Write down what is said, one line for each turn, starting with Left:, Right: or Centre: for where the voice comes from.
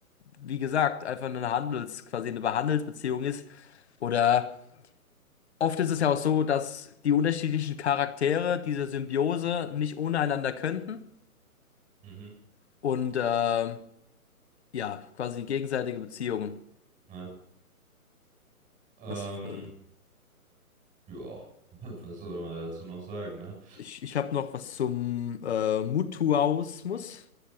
Left: wie gesagt, einfach eine Handels, quasi eine Handelsbeziehung ist. Oder oft ist es ja auch so, dass die unterschiedlichen Charaktere dieser Symbiose nicht ohne einander könnten
Right: Mhm.
Left: und äh, ja, quasi gegenseitige Beziehungen.
Right: Ja. Ähm,
Left: Was, äh,
Right: ja, <laughs> was soll man dazu noch sagen, ne?
Left: Ich, ich habe noch was zum äh, Mutuausmus.